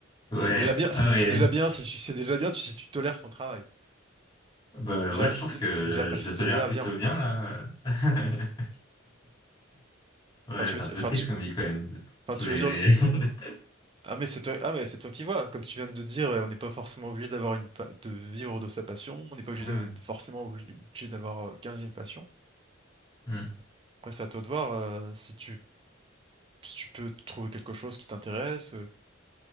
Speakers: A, on the left; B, on the right.
A: Ouais.
B: C'est déjà bien,
A: Ah
B: c'est
A: ouais.
B: c'est déjà bien si tu, c'est déjà bien tu- si tu tolères ton travail.
A: Bah
B: Déjà,
A: ouais, je
B: c'est
A: trouve
B: dé-
A: que
B: c'est déjà préf-
A: je le
B: c'est
A: tolère
B: déjà
A: plutôt
B: bien.
A: bien là. <laughs> Ouais,
B: Enfin, tu
A: c'est
B: veux dire,
A: un peu
B: enfin,
A: triste
B: tu,
A: comme vie quand même. de
B: enfin,
A: Tolérer.
B: tu veux dire, le-
A: <laughs>
B: ah mais c'est toi, ah mais c'est toi qui vois. Comme tu viens de dire, euh, on n'est pas forcément obligé d'avoir une, pa- de vivre de sa passion. On n'est pas obligé
A: Ouais.
B: de, forcément obligé d'avoir euh, 15 000 passions.
A: Hmm.
B: Après, c'est à toi de voir euh, si tu, si tu peux trouver quelque chose qui t'intéresse. euh.